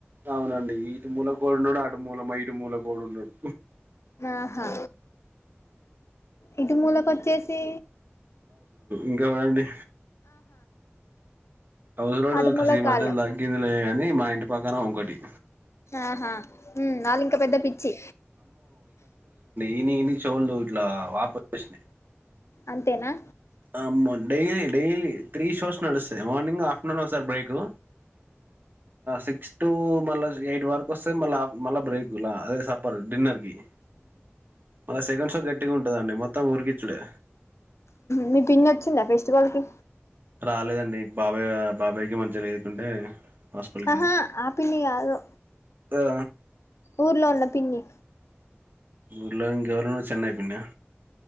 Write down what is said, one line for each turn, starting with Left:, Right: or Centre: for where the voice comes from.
Right: అవునండి ఇటు మూలకు ఒకడు ఉన్నాడు మూల మా ఇంటి మూలకోడు ఉన్నాడు
Left: ఆహా ఇటు మూలకచ్చేసి
Right: ఇంకా ఎవడు అండి అసలోడు
Left: అటు మూలకు
Right: కసి మధ్యలో
Left: ఆళ్ళు
Right: తగ్గిందిలే గాని మా ఇంటి పక్కన ఒంకటి
Left: ఆహా వాళ్ళ ఇంకా పెద్ద పిచ్చి
Right: ఇని ఇని చవట్లా వాప ప్రశ్
Left: అంతేనా
Right: ఆ డైలీ డైలీ త్రీ షోస్ నడుస్తే మార్నింగ్ ఆఫ్టర్నూన్ ఒక సార్ బ్రేకు సిక్స్ టు మ ఎయిట్ వరక్ వస్తే మళ్ళా మళ్ళా బ్రేక్లా అదే సప్పర్ డిన్నర్ కి మళ్ళ సెకండ్ షో గట్టిగా ఉంటదండి మొత్తం ఉరికిచ్చుడే
Left: మీ పిన్ని వచ్చిందా వవాల్కి
Right: రాలేదండి బాబాయ్ బాబాయ్కి మంచిగా లే ఎదుకుంటే హాస్పిటల్కి
Left: ఆహా
Right: వెళ్ళారు
Left: ఆ పిన్ని కాదు
Right: ఆ
Left: ఊర్లో ఉన్న పిన్ని
Right: ఊర్లో ఇంకేవళన్నా చెన్నై పిన్న